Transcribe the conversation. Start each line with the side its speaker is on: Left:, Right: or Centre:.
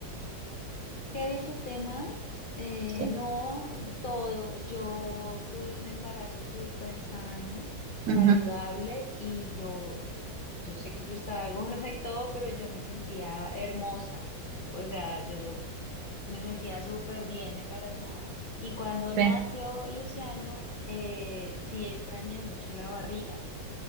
Left: ¿Qué disfruté más? Eh,
Right: Sí.
Left: no, todo. Yo tuve un embarazo súper sano, saludable
Right: Ujú.
Left: y yo, yo sé que yo estaba <laughs> gorda y todo, pero yo me sentía hermosa. O sea, yo me sentía súper bien embarazada. Y cuando
Right: Sí,
Left: nació Luciano, eh, sí extrañé mucho la barriga.